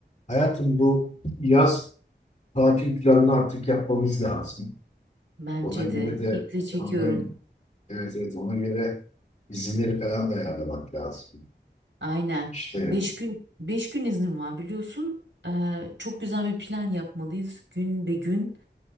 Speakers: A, on the left (about 40°); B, on the right (about 85°).
A: Hayatım bu yaz tatil planını artık yapmamız lazım.
B: Bence
A: Ona göre
B: de
A: de
B: iple çekiyorum.
A: ama evet evet ona göre izinleri falan da ayarlamak lazım.
B: Aynen.
A: İşte
B: Beş gün beş gün iznim var biliyorsun. Ee, çok güzel bir plan yapmalıyız. Gün be gün